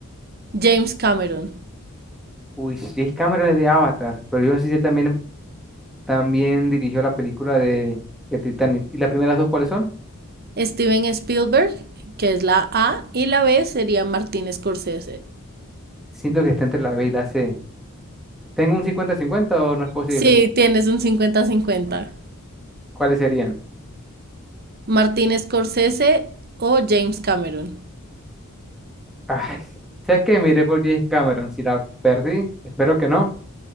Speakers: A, on the right; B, in the centre.
A: James Cameron.
B: Uy, sí, es Cameron el de Avatar, pero yo no sé si él también También dirigió la película de El Titanic. ¿Y las primeras dos cuáles son?
A: Steven Spielberg, que es la A, y la B sería Martin Scorsese.
B: Siento que está entre la B y la C. ¿Tengo un cincuenta cincuenta o no es posible?
A: Sí, tienes un cincuenta-cincuenta.
B: ¿Cuáles serían?
A: Martin Scorsese o James Cameron.
B: Ay, ¿sabes qué? Miré por James Cameron. Si la perdí, espero que no.